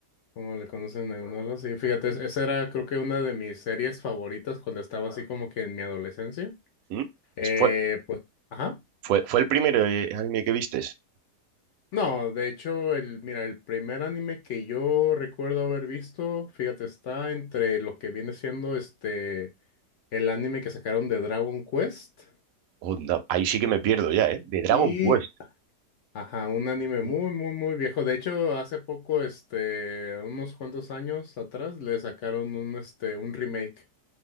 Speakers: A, on the left; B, on the right.
A: Como le conocen algunos, sí, fíjate, es- esa era creo que una de mis series favoritas cuando estaba así como que en mi adolescencia.
B: ¿Mm?
A: Eh,
B: Es- Fue,
A: pues, ajá.
B: fue, fue el primer eh, anime que vistes.
A: No, de hecho, el, mira, el primer anime que yo recuerdo haber visto, fíjate, está entre lo que viene siendo este, el anime que sacaron de Dragon Quest
B: Onda. Ahí sí que me pierdo ya, ¿eh? De Dragon
A: y,
B: Quest.
A: ajá, un anime
B: ¿Mm?
A: muy, muy, muy viejo. De hecho, hace poco, este, unos cuantos años atrás, le sacaron un, este, un remake.